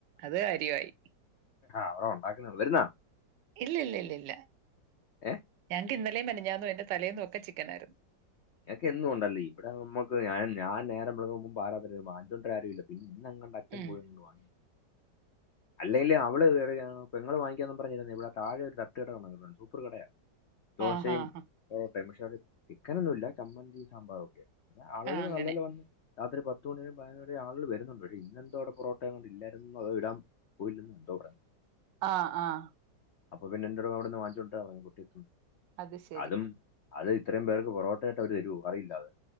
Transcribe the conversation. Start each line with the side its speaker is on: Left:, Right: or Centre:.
Right: അത് കാര്യമായി
Left: അവൾ ഒണ്ടാക്കുന്നെ ഒള്ളൂ വരുന്നാ?
Right: ഇല്ല ഇല്ല ഇല്ല ഇല്ല
Left: ഏഹ്
Right: ക്ക് ഇന്നലേ മെനഞ്ഞാന്നും അതിന്റെ തലേന്നും ഒക്കെ ചിക്കനായിരുന്നു
Left: നിങ്ങക്ക് എന്നും ഒണ്ടല്ലേ ഇവിടെ നമ്മക്ക് ഞാൻ ഞാൻ നേരം വെളുക്കുമ്പം പാതിരാത്രി വെരും വാങ്ങിച്ചോണ്ട് വെരാൻ ആരുവില്ലാ പിൻ ഇന്നെങ്ങാണ്ട് അച്ഛൻ
Right: ഉം
Left: പോയോണ്ട് വാങ്ങിച്ചു അല്ലേലും അവള് കേറിയാ പെങ്ങള് വാങ്ങിക്കാന്ന് പറഞ്ഞിരുന്നെയാ ഇവിടെ താഴെ ഒരു തട്ടുകട തൊടങ്ങ് <unintelligible> സൂപ്പറ് കടയാ ദോശയും
Right: ആഹ് ആഹ്
Left: പൊറോട്ടയും പക്ഷെ അത് ചിക്കനൊന്നും ഇല്ലാ ചമ്മന്തിയും സാമ്പാറും ഒക്കെയായിട്ട് പിന്നെ ആളുകള്
Right: ആഹ് അങ്ങനെ
Left: നല്ല പോലെ വന്ന് രാത്രി പത്ത് മണി വരേം പതിനൊന്ന് വരേം ആളുകള് വെരുന്നുണ്ട് പക്ഷെ ഇന്ന് എന്തോ അവിട പൊറോട്ട എങ്ങാണ്ട് ഇല്ലായിരുന്നു അതോ ഇടാൻ പോയില്ലെന്നോ എന്തോ പറഞ്ഞു.
Right: ആഹ് ആഹ്
Left: അപ്പൊ പിന്നെ എൻ്റൊട് അവിടെന്ന് വാങ്ങിച്ചോണ്ട് വരാൻ പറഞ്ഞു കൊട്ടിയത്തൂന്ന്
Right: അത് ശെരി
Left: അതും അത് ഇത്രയും പേർക്ക് പൊറോട്ടയായിട്ട് അവരു തരുവോ കറിയില്ലാതെ